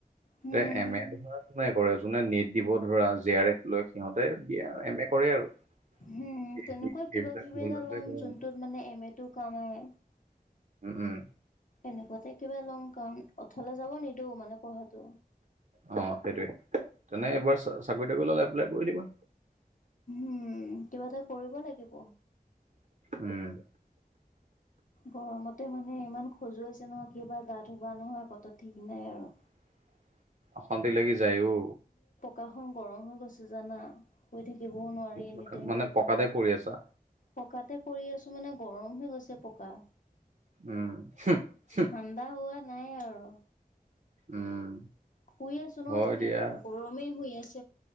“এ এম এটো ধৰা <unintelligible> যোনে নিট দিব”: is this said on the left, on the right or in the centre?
Right